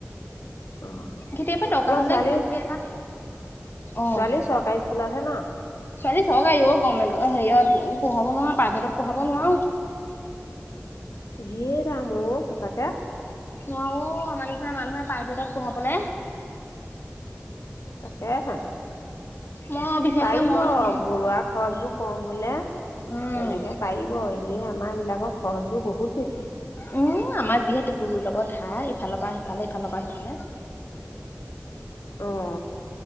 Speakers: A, on the left; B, on the left.
A: অ
B: কেতিয়াবা দৰকাৰ
A: তোমাৰ
B: হ'লে
A: ছোৱালী
B: কিবা কিবি এটা অ
A: ছোৱালী চৰকাৰী স্কুলতহে ন?
B: ছোৱালী চৰকাৰী অ গভমেণ্টৰ হেৰিয়ত পঢ়াব নোৱাৰো প্ৰাইভেটত পঢ়াব নোৱাৰো।
A: ঢেৰ দাম অ সঁচাকে।
B: নোৱাৰো অ‌ আমাৰ নিচিনা মানুহে প্ৰাইভেটত পঢ়াবলে।
A: তাকে হে।
B: মই বিশেষকে
A: পাৰিব
B: মই নোৱাৰো
A: ঘৰুৱা খৰচবোৰ কম হলে
B: উম
A: তেনেকে পাৰি অ এনেই আমাৰ এইবিলাকৰ খৰচবোৰ বহুত বেছি।
B: উম আমাৰ যিহে টেটো গুৰিৰ লৈকে ধাৰ ইফালৰ পৰা সিফালে ইফালৰ পৰা সিফালে <inaudible>
A: অঁ